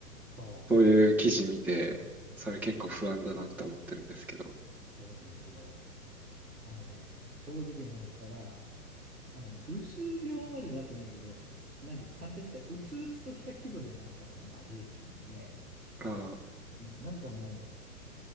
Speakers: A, on the right; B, in the centre.
A: そ
B: そういう記事見て、それ結構不安だなって思ってるんですけど。
A: う、そうなんですよ。あのね、正直な話したら、あの、うつ病までなってないけど、なんて簡単に言ったら、うつうつとした気分にはなったのは事実なんで、
B: あ
A: あの、なんかも